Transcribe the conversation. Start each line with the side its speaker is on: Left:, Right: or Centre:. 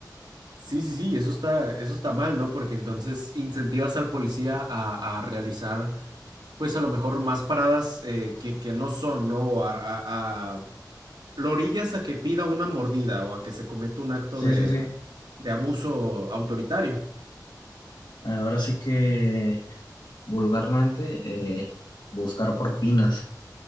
Right: Sí, sí, sí, eso está, eso está mal, ¿no? Porque entonces incentivas al policía a, a realizar, pues a lo mejor más paradas eh, que, que no son, ¿no? O A, a- a- lo orillas a que pida una mordida o a que se cometa un acto
Left: Sí,
Right: de,
Left: sí, sí.
Right: de abuso autoritario.
Left: Ahora sí que vulgarmente eh, buscar propinas.